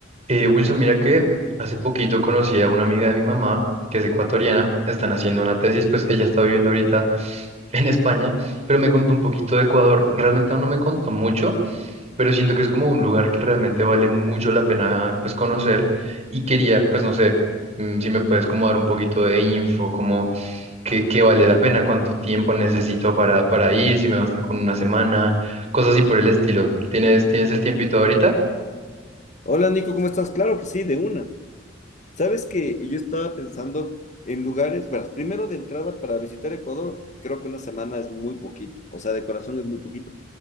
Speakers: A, on the right; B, on the left.
A: Eh, Wilson, mira que hace poquito conocí a una amiga de mi mamá, que es ecuatoriana, están haciendo una tesis, pues ella está viviendo ahorita <laughs> en España, pero me contó un poquito de Ecuador. Realmente aún no me contó mucho, pero siento que es como un lugar que realmente vale mucho la pena pues conocer y quería, pues no sé, mm, si me puedes como dar un poquito de info, como qué, qué vale la pena, cuánto tiempo necesito para, para ir, si me basta con una semana, cosas así por el estilo. ¿Tienes, tienes el tiempito ahorita?
B: Hola Nico, ¿cómo estás? Claro que sí, de una. Sabes que yo estaba pensando en lugares, bueno, primero de entrada para visitar Ecuador, creo que una semana es muy poquito, o sea, de corazón es muy poquito,